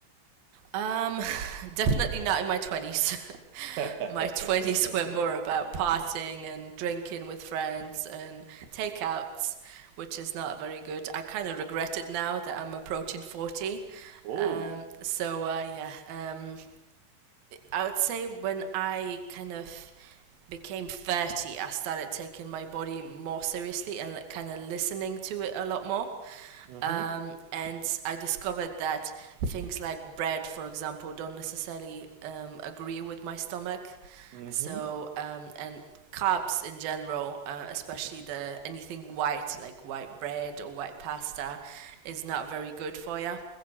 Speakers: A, on the right; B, on the right.
A: Um, <laughs> definitely not in my 20s.
B: <laughs>
A: <laughs> my 20s were more about partying and drinking with friends and takeouts, which is not very good. I kind of regret it now that I'm approaching 40.
B: Oh,
A: Um, so, uh, yeah, um, I would say when I kind of became 30, I started taking my body more seriously and like, kind of listening to it a lot more
B: mm-hmm,
A: um, and I discovered that things like bread, for example, don't necessarily um, agree with my stomach.
B: mm-hmm.
A: So um, and carbs in general, uh, especially the anything white like white bread or white pasta, is not very good for you.